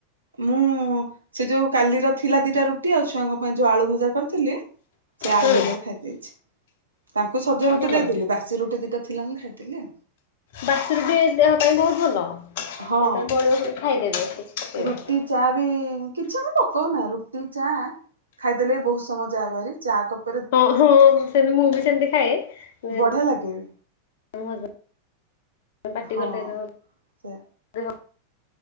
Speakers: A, on the right; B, on the left.
A: ମୁଁ ସେ ଯୋଉ କାଲିର ଥିଲା ଦିଟା ରୁଟି ଆଉ ଛୁଆଙ୍କ ପାଇଁ ଯୋଉ ଆଳୁ ଭଜା କରିଥିଲି ସେ ଆଳୁ
B: ହୁଁ
A: ଭଜାରେ ଖାଇ ଦେଇଛି। ତାଙ୍କୁ ସଜ ରୁଟି
B: ଭଲ
A: ଦେଇଦେଲି
B: ଭଲ
A: ବାସି ରୁଟି ଦିଟା ଥିଲା ମୁଁ ଖାଇଦେଲି ଆଉ।
B: ବାସରୁ ବି ଦେହ ପାଇଁ ବହୁତ ଭଲ
A: ହଁ
B: ଯେତେବେଳେ ବଳିବ ଖାଇଦେବେ କିଛି ପକେଇବେ
A: ରୁଟି
B: ନି
A: ଚା ବି କିଛି ଆମେ ପକାଉ ନା ରୁଟି ଚା ଖାଇଦେଲେ ବି ବହୁତ ସମୟ ଯାହାବାରି ଚା କପ୍
B: ହଁ ହଁ ସେମତି ମୁଁ ବି ସେମତି ଖାଏ।
A: ବଢିଆ
B: <inaudible>
A: ଲାଗେ ବି
B: ପାଟି
A: ହଁ
B: କଲେ ଯୋଉ
A: ସେ
B: ଦେହ